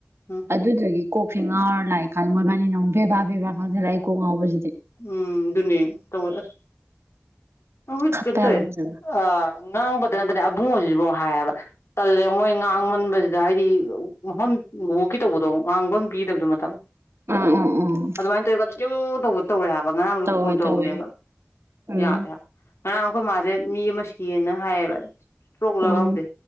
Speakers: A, on the left (about 85°); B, on the right (about 80°).
A: ꯎꯝ
B: ꯑꯗꯨꯗꯨꯒꯤ ꯀꯣꯛꯁ‌ꯦ ꯉꯥꯎꯔ ꯂꯥꯛꯏꯀꯥꯟ ꯃꯣꯏꯕꯥꯅꯤꯅꯨ ꯕꯦꯕꯥꯕꯕꯥ ꯉꯥꯡꯁꯤꯜ ꯂꯥꯛꯏ ꯀꯣꯛ ꯉꯥꯎꯕꯁꯤꯗꯤ
A: ꯎꯝ ꯑꯗꯨꯅꯦ ꯇꯧꯋ‌ꯦ ꯑꯁ ꯍꯧ
B: ꯈꯞꯄꯦ
A: ꯀꯩꯅ‌ꯣ
B: ꯍꯥꯏꯕ
A: ꯇꯧꯋ‌ꯦ
B: ꯐꯖꯅ
A: ꯑ ꯉꯥꯡꯕꯗ ꯅꯠꯇꯅ ꯑꯕꯨꯡꯉ‌ꯣ ꯁꯤꯁꯨ ꯗ‌ꯣ ꯍꯥꯏꯌꯦꯕ ꯇꯜꯂꯦ ꯃꯣꯏ ꯉꯥꯡꯃꯟꯕꯁꯤꯗ ꯍꯥꯏꯗꯤ ꯃꯐꯝ ꯋ‌ꯣꯋꯣꯛꯀꯤ ꯇꯧꯕꯗꯣ ꯉꯥꯡꯐꯝ ꯄꯤꯗꯕꯗꯣ ꯃꯇꯝ
B: ꯑꯥ ꯑꯥ ꯑꯥ
A: ꯑꯗꯨꯃꯥꯏ ꯇꯧꯏꯒ ꯇꯧꯋ‌ꯦ ꯍꯥꯏꯕ ꯕ ꯉꯔꯥꯡꯁꯨ
B: ꯇꯧꯋꯦ
A: ꯐꯣꯟ ꯇꯧꯔꯨꯕꯅꯦꯕ
B: ꯇꯧꯋꯦ ꯎꯝ
A: ꯌꯥꯗ‌ꯦ ꯍꯥꯏꯕ ꯉꯔꯥꯡ ꯑꯩꯈꯣꯏ ꯃꯥꯁꯦ ꯃꯤ ꯑꯃ ꯁꯤꯌꯦꯅ ꯍꯥꯏꯌꯦꯕ ꯇꯣꯛꯂꯒ
B: ꯎꯝ
A: ꯈꯪꯗꯦ